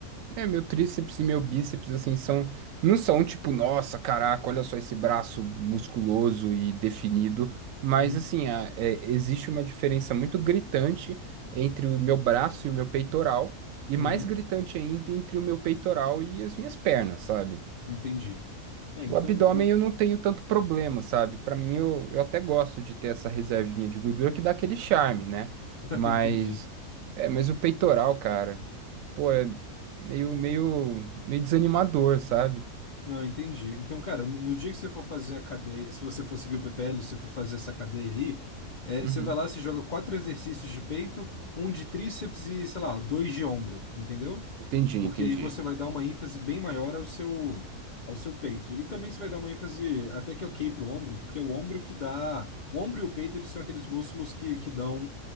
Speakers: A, on the right (about 70°); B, on the left (about 80°).
A: É, meu tríceps e meu bíceps, assim, são, não são tipo, nossa, caraca, olha só esse braço musculoso e definido, mas
B: Uhum.
A: assim, a- é, existe uma diferença muito gritante entre o meu braço e o meu peitoral, e
B: Uhum.
A: mais gritante ainda entre o meu peitoral e as minhas pernas, sabe?
B: Entendi. É,
A: O
B: então.
A: abdômen
B: <laughs>
A: eu não tenho tanto problema, sabe? Pra mim, eu, eu até gosto de ter essa reservinha de gordura que dá aquele charme, né? Mas,
B: Entendi.
A: é, mas o peitoral, cara, pô, é meio, meio, meio desanimador, sabe?
B: Não, entendi. Então, cara, no no dia que você for fazer a cadeia, se você for seguir o PPL, se você for fazer essa cadeia aí, é,
A: Uhum.
B: você vai lá, você joga quatro exercícios de peito, um de tríceps e, sei lá, dois de ombro, entendeu?
A: Entendi,
B: Porque
A: entendi.
B: aí você vai dar uma ênfase bem maior ao seu, ao seu peito. E também você vai dar uma ênfase até que ok pro ombro, porque é o ombro que dá. O ombro e o peito, eles são aqueles músculos que, que dão